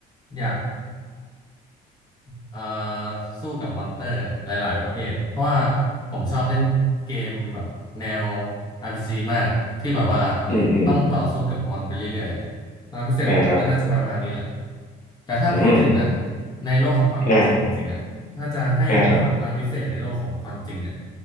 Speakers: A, on the left (about 25°); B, on the left (about 50°).
A: อยาก เอ่อสู้กับมอนเตอร์หลายๆประเภทเพราะว่าผมชอบเล่นเกมแบบแนว RPG มากที่แบบว่า
B: อืมอืมอืม
A: ต้องต่อสู้กับมอนไปเรื่อยๆความพิเศษของผมก็น่าจะประมาณนี้แหละ
B: อ่าครับ
A: แต่ถ้าพูดถึงนะ
B: อืม
A: ในโลกของความเป็นจริงจริงๆอ่ะ
B: อ่า
A: ถ้าจะให้มีความพลังพิเศษในโลกของความจริงเนี่ย
B: อ่าครับ